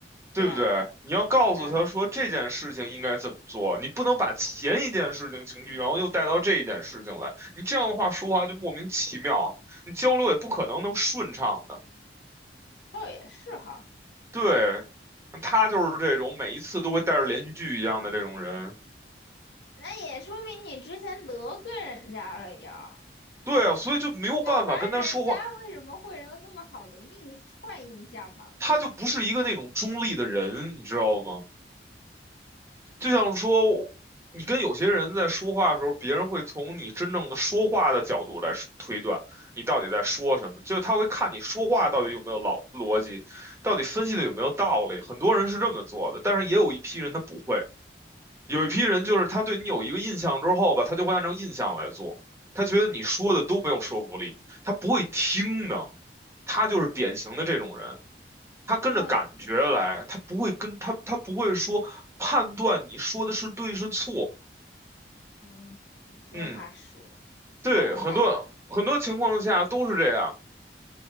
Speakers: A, on the right; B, on the left.
A: 对不对？
B: 对啊
A: 你要告诉他说这件事情应该怎么做，
B: 对啊，
A: 你不能把前一件事情情绪，然后又带到这一件事情来。你这样的话说话就莫名其妙，你交流也不可能能顺畅的。
B: 倒也是哈。
A: 对，他就是这种每一次都会带着连续剧一样的这种人。
B: 那也说明你之前得罪人家了呀，
A: 对啊，所以就没有办法跟他说话，
B: 要不然人家为什么会有那么好的印坏印象嘛？
A: 他就不是一个那种中立的人，你知道吗？就像说，你跟有些人在说话的时候，别人会从你真正的说话的角度来说推断你到底在说什么，就他会看你说话到底有没有老逻辑，到底分析的有没有道理。很多人是这么做的，但是也有一批人他不会，有一批人就是他对你有一个印象之后吧，他就会按照印象来做，他觉得你说的都没有说服力，他不会听的，他就是典型的这种人。他跟着感觉来，
B: 然后。
A: 他不会跟他他不会说判断你说的是对是错。
B: 嗯，你这话说的
A: 嗯，对，
B: 行吧？
A: 很多很多情况下都是这样。